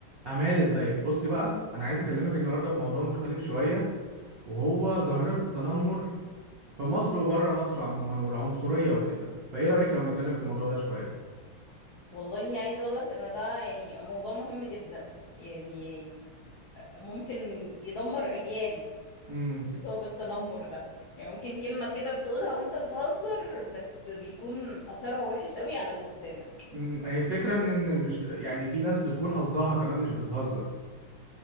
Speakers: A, on the right; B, on the left.
A: أمال ازيك بصي بقى أنا عايز أكلمك النهاردة في موضوع مختلف شوية وهو ظاهرة التنمر في مصر وبره مصر عموما والعنصرية وكده فإيه رأيك لو نتكلم في الموضوع ده شوية
B: والله عايزة اقول لك ان ده يعني موضوع مهم جدا يعني ممكن يدمر اجيال
A: امم
B: بسبب التنمر ده يعني ممكن كلمة كده بتقولها وانت بتهزر بس بيكون اثرها وحش قوي على اللي قدامك
A: أمم، هي الفكرة إن إن مش يعني في ناس بتكون قصدها كمان مش بتهزر